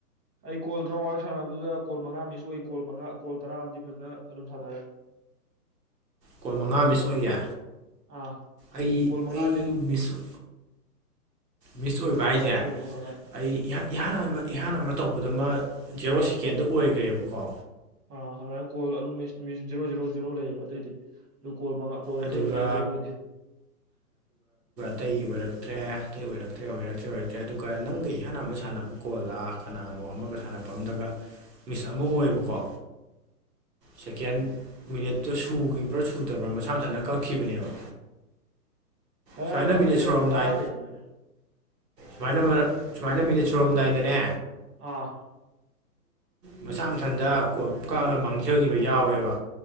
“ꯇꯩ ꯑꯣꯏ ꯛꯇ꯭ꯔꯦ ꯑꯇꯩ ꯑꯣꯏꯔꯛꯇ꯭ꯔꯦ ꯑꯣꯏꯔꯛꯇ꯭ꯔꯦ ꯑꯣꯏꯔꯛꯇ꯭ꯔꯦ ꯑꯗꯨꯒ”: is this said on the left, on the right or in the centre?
Right